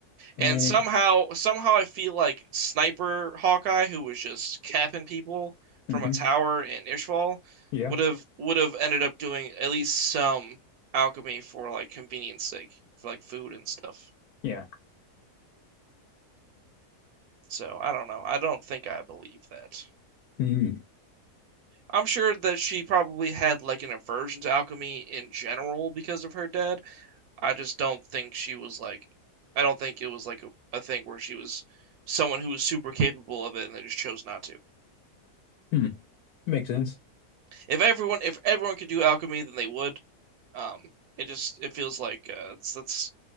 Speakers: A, on the left; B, on the right.
A: And
B: And somehow,
A: it
B: somehow, I feel like Sniper Hawkeye, who was just capping people from
A: hmm
B: a tower in Ishval,
A: yeah.
B: would have would have ended up doing at least some alchemy for like convenience sake, for like food and stuff.
A: Yeah.
B: So I don't know. I don't think I believe that.
A: Mm.
B: I'm sure that she probably had like an aversion to alchemy in general because of her dad. I just don't think she was like, I don't think it was like a, a thing where she was someone who was super capable of it and they just chose not to.
A: Mm. Makes sense.
B: If everyone if everyone could do alchemy, then they would. Um, it just it feels like uh, it's, that's